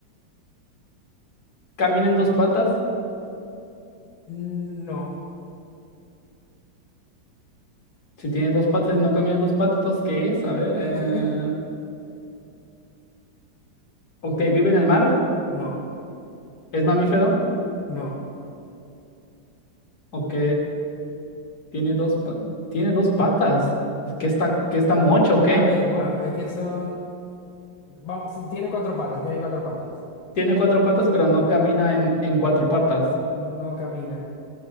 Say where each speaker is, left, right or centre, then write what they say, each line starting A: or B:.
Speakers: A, on the left; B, on the left.
A: Camina en dos patas.
B: Mm, no,
A: Si tiene dos patas y no camina en dos patas, ¿entonces ¿qué es? A ver.
B: <laughs>
A: eh, Ok, vive en el mar.
B: no,
A: ¿Es mamífero?
B: no.
A: Ok. Tiene dos, pa- tiene dos patas. ¿Qué está, qué está mocho? o ¿Qué?
B: A ver, bueno, es que son... Vamos, sí, tiene cuatro patas, tiene cuatro patas.
A: Tiene cuatro patas, pero no
B: Sí,
A: camina en, en cuatro patas.
B: no camina.